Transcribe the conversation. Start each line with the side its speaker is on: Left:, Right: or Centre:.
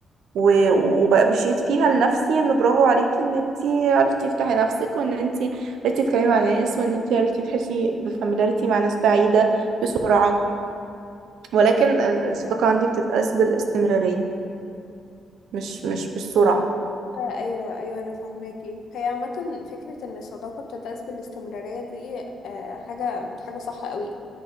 Right: و... وبأبريشيت فيها لنفسي إن برافو عليكي إن أنتي عرفتي تفتحي نفسك وإن أنتي عرفتي تتكلمي مع ناس وإن أنتي عرفتي تحسي بفاميلاريتي مع ناس بعيدة بسرعة ولكن ال- الصداقة عندي بتتقاس بالاستمرارية مش مش بالسرعة
Left: آه، ايوه ايوه انا فاهماكي هي عامه فكره ان الصداقه بتتأسس بالاستمراريه دي آه، حاجه حاجه صح قوي